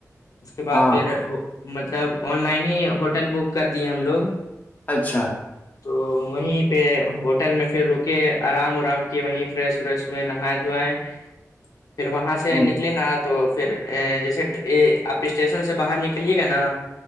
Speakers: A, on the left; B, on the left.
A: اس کے بعد
B: ہاں
A: پھر مطلب آن لائن ہی ہوٹل بک کر دیے ہم لوگ
B: اچھا
A: تو وہیں پہ ہوٹل میں پھر رکے آرام ارام کیے وہیں فریش وریش ہوئے نہائے دھوائے پھر وہاں سے
B: او
A: نکلے نا تو پھر ا جیسے آپ اسٹیشن سے باہر نکلیے گا نا